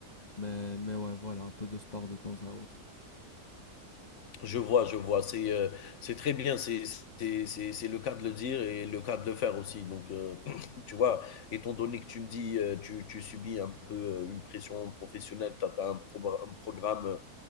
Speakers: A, on the left; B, on the left.
A: mais mais ouais, voilà, un peu de sport de temps à autre.
B: Je vois, je vois. C'est, heu, c'est très bien, c'est c'est c'est c'est le cas de le dire et le cas de le faire aussi, donc heu, <clears throat> tu vois? Étant donné que tu me dis, heu, tu tu subis un peu, heu, une pression professionnelle, tu as un progra un programme,